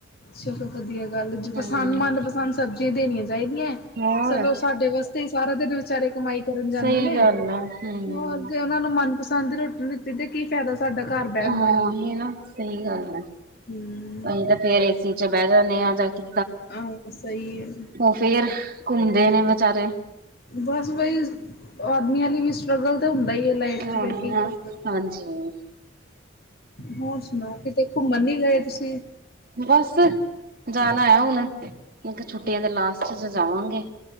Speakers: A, on the left (about 50°); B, on the right (about 45°).
A: ਚਲੋ ਵਧੀਆ ਗੱਲ
B: ਹੂੰ।
A: ਪਸੰਦ ਮਨਪਸੰਦ ਸਬਜ਼ੀਆਂ ਦੇਣੀਆਂ ਚਾਹੀਦੀਆਂ
B: ਹੋਰ
A: ਚਲੋ ਸਾਡੇ ਵਾਸਤੇ। ਤੇ ਸਾਰਾ ਦਿਨ ਵਿਚਾਰੇ ਕਮਾਈ ਕਰਨ ਜਾਂਦੇ
B: ਸਹੀ
A: ਨੇ
B: ਗੱਲ ਆ ਹੂੰ।
A: ਹੋਰ ਜ ਤਮਨਪਸੰਦ ਦੀ ਰੋਟੀ ਦਿੱਤੀ ਤੇ ਕੀ ਫਾਇਦਾ। ਸਾਡਾ ਘਰ ਬਹਿਣ
B: ਉਹੀ
A: ਦਾ
B: ਨਾ ਸਹੀ ਗੱਲ ਹੈ
A: ਹਮ।
B: ਅਸੀਂ ਤਾਂ ਫੇਰ ਏਸੀ ਚ ਬਹਿ ਜਾਂਦੇ ਆ ਜਾ ਕੇ।
A: ਆਹੋ ਸਹੀ ਹੈ
B: ਉਹ ਫੇਰ ਘੁੰਮਦੇ ਨੇ ਬਚਾਰੇ।
A: ਬਸ ਬਈ ਆਦਮੀਆਂ ਲਈ ਵੀ ਸਟਰਗਲ ਤਾਂ ਹੁੰਦਾ ਹੀ ਹੈ। ਲਾਈਫ
B: ਉਹੀ
A: ਚ ਫਿਰ ਕੇ
B: ਨਾ
A: ਕੀ ਕਰ।
B: ਹਾਂਜੀ।
A: ਹੋਰ ਸੁਣਾਓ ਕਿਤੇ ਘੁੰਮਣ ਨੀ ਗਏ ਤੁਸੀਂ?
B: ਬਸ ਜਾਣਾ ਆ ਹੁਣ ਇੱਕ ਛੁੱਟੀਆਂ ਤੇ ਲਾਸਟ ਚ ਜਾਵਾਂਗੇ।